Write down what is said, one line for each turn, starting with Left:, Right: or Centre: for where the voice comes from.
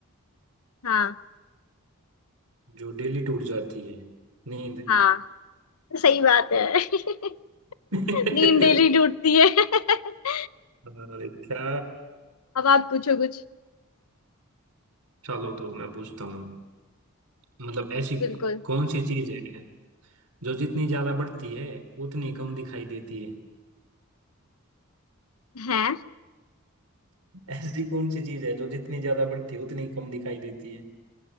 Left: हाँ
Right: जो डेली टूट जाती है नींद
Left: हाँ सही बात है <laughs>
Right: <laughs>
Left: नींद डेली टूटती है <laughs>
Right: अरे क्या
Left: अब आप पूछो कुछ
Right: चलो तो मैं पूछता हूँ मतलब ऐसी
Left: बिल्कुल
Right: कौन सी चीज है जो जितनी ज्यादा बढ़ती है उतनी कम दिखाई देती है
Left: है
Right: <laughs> ऐसी कौन सी चीज है जो जितनी ज्यादा बढ़ती है उतनी कम दिखाई देती है